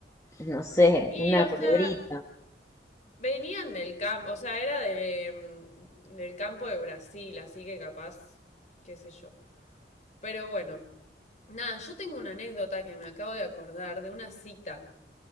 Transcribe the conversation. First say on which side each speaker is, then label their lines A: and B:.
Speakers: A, on the left; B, on the left.
A: no sé,
B: Y,
A: una
B: o
A: culebrita.
B: sea, venían del campo, o sea, era de, mm, del campo de Brasil, así que capaz, qué sé yo. Pero bueno, nada, yo tengo una anécdota que me acabo de acordar de una cita